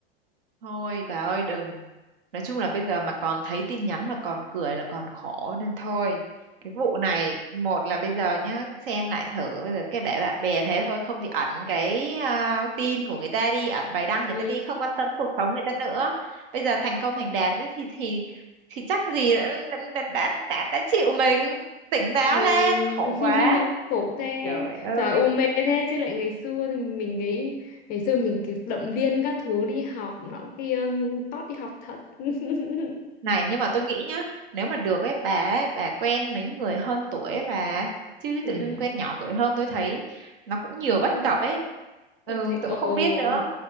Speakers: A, on the right (about 55°); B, on the left (about 30°).
A: Thôi bà ơi đừng. Nói chung là bây giờ mà còn thấy tin nhắn mà còn cười là còn khổ nên thôi. Cái vụ này một là bây giờ nhá, xem lại thử bây giờ cái để bạn bè thế thôi, không thì ẩn cái à, tin của người ta đi, ẩn bài đăng người
B: ừ.
A: ta đi, không quan tâm cuộc sống người ta nữa. Bây giờ thành công thành đạt ấy thì thì thì chắc gì đã đã đã, đã, đã, đã chịu mình, tỉnh táo
B: Ừm,
A: lên, khổ quá.
B: <laughs> khổ thế
A: Trời ơi.
B: trời u mê thế chứ lại ngày xưa thì mình nghĩ ngày xưa mình kiểu động viên các thứ đi học nọ kia tót đi học thật <laughs>
A: Này nhưng mà tôi nghĩ nhá Nếu mà được ấy bà ấy, bà quen mấy người hơn tuổi ấy, bà Chứ
B: Ừm,
A: tự dưng quen nhỏ tuổi hơn tôi thấy Nó cũng nhiều bất
B: cũng-
A: cập ấy
B: tôi
A: Ừ
B: thấy
A: tôi
B: ồ
A: cũng không biết nữa